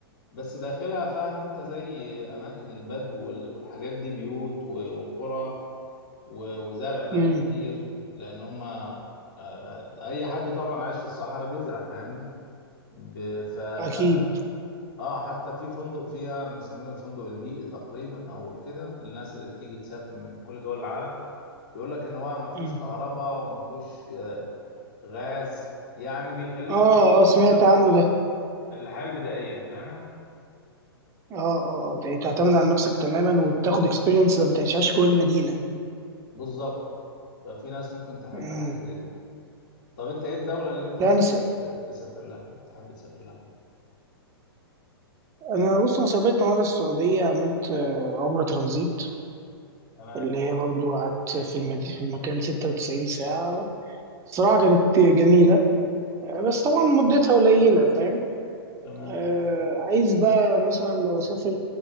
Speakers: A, on the left; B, on the right.
A: بس داخلها فاهم أنت زي أماكن البدو وال- والحاجات دي بيوت و- وقرى و- وزرع بقى
B: امم
A: كتير لأن هما آه، آه، أي حد طبعا عايش في الصحراء بيزرع فاهمني ب- ف ف
B: اكيد
A: اه حتى في فندق فيها مسمينه الفندق البيئي تقريبا او كده للناس اللي بتيجي تسافر من كل دول العالم بيقول لك ان هو ما فيهوش
B: مم.
A: كهرباء وما فيهوش آه، غاز يعني بيخليك
B: اه
A: تعيش
B: اه
A: اللي
B: سمعت
A: هو
B: عنه ده
A: الحياة البدائية فاهمها
B: اه اه آه، ت- تعتمد على نفسك تماما وتاخد اكسبيرينس ما بتعيشهاش جوه المدينه
A: بالظبط ففي ناس ممكن تحب
B: امم
A: حاجة زي دي طب انت ايه الدولة اللي انت ممكن
B: لا انا س...
A: ت- تسافر لها تحب تسافر لها
B: انا بص انا سافرت مره السعوديه عملت آه، عمره ترانزيت
A: تمام
B: اللي هي برضو قعدت في المد... في المكان 96 ساعة صراحة كانت جميلة بس طبعا مدتها قليلة فاهم
A: تمام
B: آه عايز بقى مثلا لو أسافر